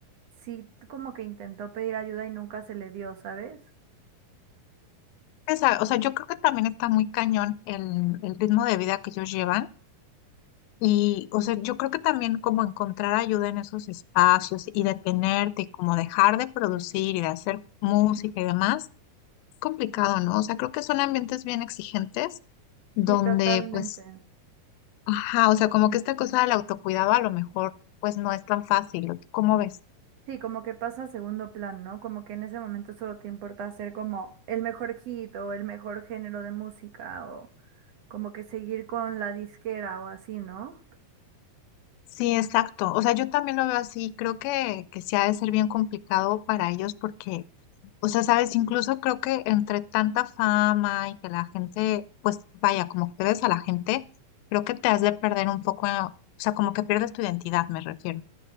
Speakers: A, on the right (about 60°); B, on the left (about 85°).
A: sí como que intentó pedir ayuda y nunca se le dio, ¿sabes?
B: Esa- o sea, yo creo que también está muy cañón el, el ritmo de vida que ellos llevan Y, o sea, yo creo que también como encontrar ayuda en esos espacios y detenerte, como dejar de producir y de hacer música y demás, es complicado, ¿no? O sea, creo que son ambientes bien exigentes donde,
A: Sí, totalmente.
B: pues, ajá, o sea, como que esta cosa del autocuidado a lo mejor, pues, no es tan fácil. ¿o tú ¿Cómo ves?
A: Sí, como que pasa a segundo plan, ¿no? Como que en ese momento solo te importa hacer como el mejor hit o el mejor género de música o como que seguir con la disquera o así, ¿no?
B: Sí, exacto. O sea, yo también lo veo así. Creo que, que sí ha de ser bien complicado para ellos porque O sea, sabes, incluso creo que entre tanta fama y que la gente, pues vaya, como que ves a la gente, creo que te has de perder un poco, o sea, como que pierdes tu identidad, me refiero.